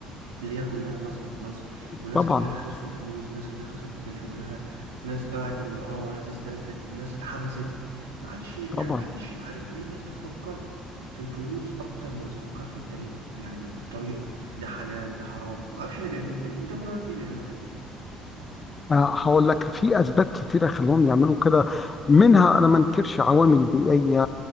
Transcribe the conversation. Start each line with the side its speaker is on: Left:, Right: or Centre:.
Right: اللي هي كلها نصب في نصب وناس
Left: طبعا
Right: كتير خسروا فلوس ناس كتير خسرت شغلها ناس باعت اللي وراها ناس استلفت ناس اتحبست ما عادش يعني
Left: طبعا
Right: ما عادش عارف ليه الناس بتفكر في الفلوس اكتر ما بتفكر في الطريق يعني الطريقة ده حلال ده حرام ما اعرفش اللي بيعملوا كده انت من رأيك ليه بيعملوا كده
Left: أنا هقول لك في اسباب كتيره خلوهم يعملوا كده منها انا ما انكرش عوامل بيئيه